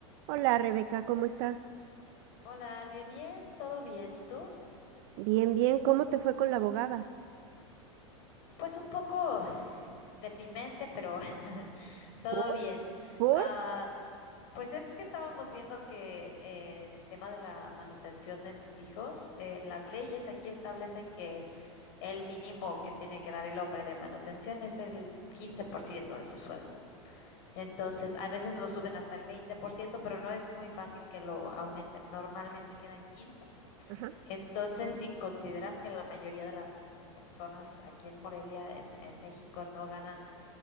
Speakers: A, on the right; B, on the left.
A: Hola Rebeca, ¿cómo estás?
B: Hola, Ale, bien, todo bien. ¿Y tú?
A: Bien, bien, ¿cómo te fue con la abogada?
B: Pues un poco <sighs> deprimente, pero <laughs> todo
A: ¿Por?
B: bien.
A: ¿Por?
B: Ah, pues es que estábamos viendo que eh, en el tema de la manutención de mis hijos, eh, las leyes aquí establecen que el mínimo que tiene que dar el hombre de manutención es el 15% de su sueldo. Entonces, a veces lo suben hasta el 20%, pero no es muy fácil que lo aumenten. Normalmente quedan 15
A: Ajá,
B: Entonces, si consideras que la mayoría de las personas aquí en Morelia, en, en México, no ganan